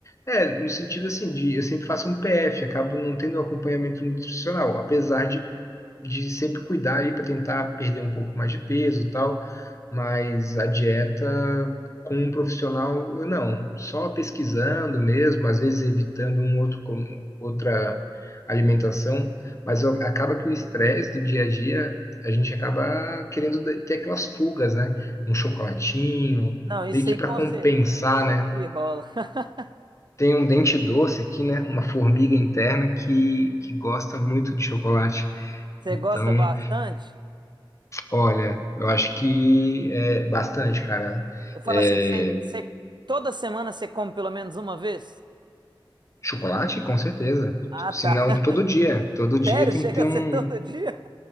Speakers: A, on the left (about 35°); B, on the right (about 55°).
A: É, no sentido assim de eu sempre faço um PF, acabo não tendo acompanhamento nutricional, apesar de de sempre cuidar aí para tentar perder um pouco mais de peso e tal, mas a dieta com um profissional, eu não, só pesquisando mesmo, às vezes evitando um outro com- outra alimentação, mas eu- acaba que o estresse do dia a dia, a gente acaba querendo de- ter aquelas fugas, né? Um chocolatinho,
B: Não, isso
A: meio que
B: aí
A: para
B: com
A: compensar,
B: certeza,
A: né?
B: sempre rola. <laughs>
A: Tem um dente doce aqui, né? Uma formiga interna que, que gosta muito de chocolate.
B: Você
A: Então,
B: gosta bastante?
A: Olha, eu acho que é bastante, cara.
B: Eu falo
A: É,
B: assim, você, você- toda semana você come pelo menos uma vez?
A: chocolate, com certeza.
B: Ah,
A: Se
B: tá.
A: não,
B: <laughs>
A: todo dia. Todo dia
B: Sério?
A: tem
B: Chega
A: que ter
B: a
A: um.
B: ser todo dia?